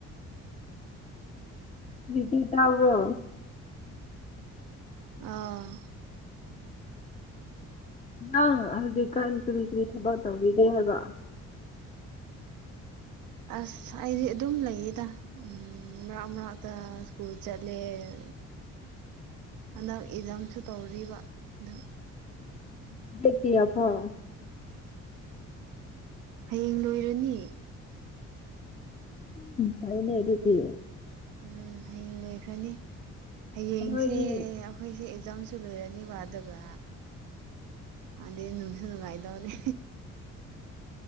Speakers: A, on the left; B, on the right.
A: ꯗꯤ ꯇꯕ꯭ꯔꯣ
B: ꯑꯥ
A: ꯑꯥ ꯍꯧꯖꯤꯛ ꯀꯅ ꯀꯔꯤ ꯀꯔꯤ ꯊꯕꯛ ꯇꯧꯔꯤꯒ ꯍꯥꯏꯕ
B: ꯑꯁ ꯑꯩꯗꯤ ꯑꯗꯨꯝ ꯂꯩꯌꯦꯗ ꯎꯝ ꯃꯔꯛ ꯃꯔꯛꯇ ꯁ꯭ꯀꯨꯜ ꯆꯠꯂꯦ <unintelligible>
A: <inaudible>
B: ꯍꯟꯗꯛ ꯏꯔꯥꯡꯁꯨ ꯇꯧꯔꯤꯕ ꯑꯗ
A: <unintelligible>
B: ꯍꯌꯦꯡ ꯂꯣꯏꯔꯅꯤ
A: ꯀꯥꯏꯅꯦꯗꯤꯗꯤ
B: ꯎꯝ ꯍꯌꯦꯡ ꯂꯣꯏꯈ꯭ꯔꯅꯤ ꯍꯌꯦꯡꯁꯦ
A: ꯅꯣꯏꯗꯤ
B: ꯑꯩꯈꯣꯏꯁꯦ ꯏꯛꯖꯥꯝ <unintelligible> ꯂꯣꯏꯔꯅꯤ ꯑꯗꯨꯒ ꯑꯗ ꯅꯨꯡꯁꯨꯅꯨꯡꯉꯥꯏ ꯇꯧꯅ